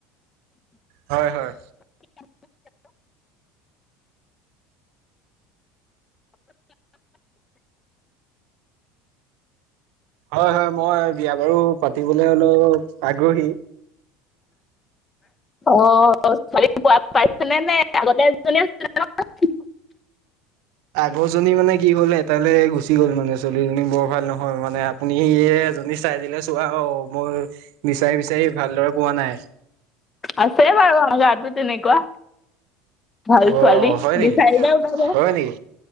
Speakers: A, on the right; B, on the left.
A: হয় হয়। হয় হয় মই বিয়া বাৰু পাতিবলৈ অলপ আগ্ৰহী।
B: অ' ছোৱালী পাইছেনে নে আগতে এজনী আছিলে নহয়।
A: আগৰজনী মানে কি হল এটালৈ গুচি গ'ল মানে ছোৱালীজনী বৰ ভাল নহল মানে। আপুনি এজনী চাই দিলে চোৱা অ' মই বিচাৰি বিচাৰি ভালদৰে পোৱা নাই।
B: আছে বাৰু আমাৰ গাঁও তো তেনেকুৱা। ভাল
A: অ
B: ছোৱালী
A: হয় নেকি
B: বিচাৰিলে ওলাব।
A: হয় নেকি